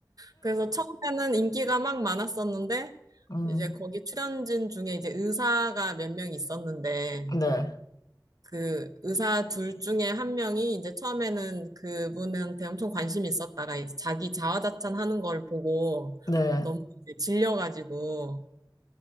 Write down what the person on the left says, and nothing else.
음,
네.
네.